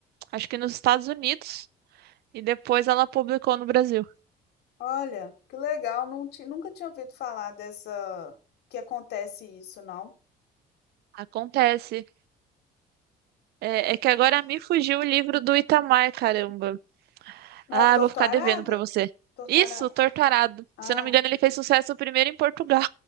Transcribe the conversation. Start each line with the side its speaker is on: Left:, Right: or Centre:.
Right: acho que nos Estados Unidos. E depois ela publicou no Brasil.
Left: Olha, que legal. Não ti- nunca tinha ouvido falar dessa que acontece isso, não.
Right: Acontece. É, é que agora me fugiu o livro do Itamar, caramba.
Left: Não
Right: Ah,
Left: é o torto
Right: vou ficar
Left: arado?
Right: devendo pra você.
Left: Torto
Right: Isso,
Left: arado.
Right: Torturado.
Left: Ah.
Right: Se eu não me engano, ele fez sucesso primeiro em Portugal